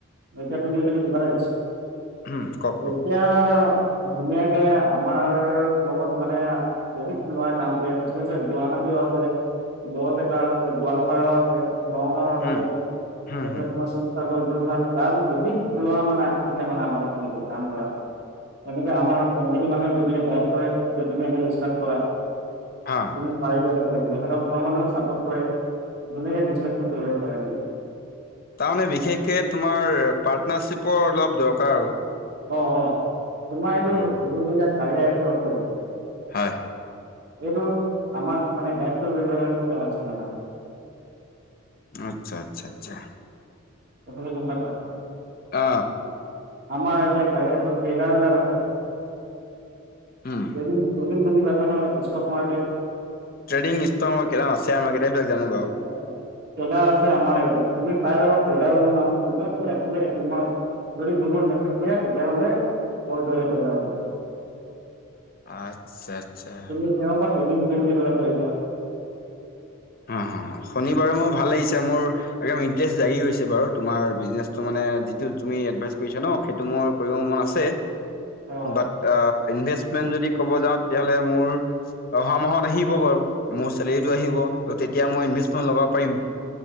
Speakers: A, on the right; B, on the left.
A: এতিয়া তুমি যদি কিবাটা ইচ,
B: হুম কওক কওক
A: এতিয়া ধুনীয়াকে আমাৰ <unintelligible> মানে বহুত ল'ৰাই কাম কৰি আছে ঠিক আছে, গুৱাহাটীও আছে, বৰপেটাও আছে, গোৱালপাৰাও আছে, নগাঁও আছে
B: হুম হুম
A: এফালে
B: হুম
A: তোমাৰ শিৱসাগৰ যোৰহাট তাৰপাছত বহুত ল'ৰা মানে আছে মানে আমাৰ <unintelligible> কাম এ কৰা। এনেকে আমাৰ কম্পানী মানুহে গৈ পিনে কৰে যে তুমি এনেকৈ ষ্টাৰ্ট কোৰা,
B: হা
A: তুমি পাৰিবাৰ সিহঁতক ঘৰৰ মানুহো চাপোৰ্ট কৰে, ধুনীয়াকে বিজনেটো কৰিব পাৰে।
B: তাৰমানে বিশেষকে তোমাৰ পাৰ্টনাৰশ্বিপৰ অলপ দৰকাৰ আৰু।
A: অ অ তোমাৰ এইটো
B: উম
A: <unintelligible> টো আছে
B: হয়।
A: এইটো আমাক মানে <unintelligible> মানে।
B: আচ্ছা আচ্ছা আচ্ছা।
A: কথাটো গম পাইছ?
B: অ।
A: আমাৰ এতিয়া <unintelligible> ট্ৰেইলাৰ বিলাক আছে।
B: উম
A: ট্ৰেডং ট্ৰেডং বুজি পাইছা নহয়, stock market.
B: Trading ইষ্টন <unintelligible> share market এইবিলাক জানো বাৰু
A: <unintelligible> আছে আমাৰ এইটো, তুমি পাই যাবা। ট্ৰেডাৰ জনৰ নামটো <unintelligible> যদি গ্ৰুপ মেজ দিয়া তেতিয়া হ'লে কল কৰিব পাৰিবা।
B: আচ্ছা আচ্ছা
A: তুমি তেওঁৰ পৰা ট্ৰেডিং বুলি কলা পাৰিবা
B: অ শনিবাৰে মোৰ ভাল লাগিছে, মোৰ একদম ইন্টাৰেষ্ট জাগি গৈছে বাৰু তোমাৰ বিজনেটো মানে যিটো তুমি এডভাইচ কৰিছ ন হেইতু মোৰ কৰিব মন আছে।
A: অ
B: বাত ইনভেছ যদি কব যাওঁ তেতিয়াহ'লে মোৰ অহা মাহত আহিব বাৰু মোৰ চেলেৰিটো আহিব। ত' তেতিয়া মই ইনভেষ্টমেণ্ট লগাব পাৰিম।